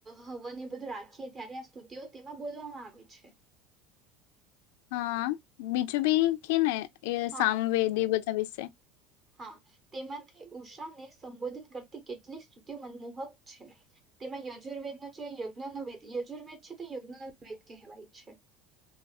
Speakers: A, on the right; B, on the left.
A: હવને બધું રાખીએ ત્યારે આ સ્તુતિઓ તેમાં બોલવામાં આવે છે.
B: હા બીજું બી કે ને એ
A: હા
B: સામવેદી બ વિશે
A: હા તેમાંથી ઉષાને સંબોધન કરતી કેટલીક સ્તુતિ મનમોહક છે તેમાં યજુર્વેદનો છે યજ્ઞ ન વેદ યજુર્વેદ છે તે યજ્ઞ વેદ કહેવાય છે.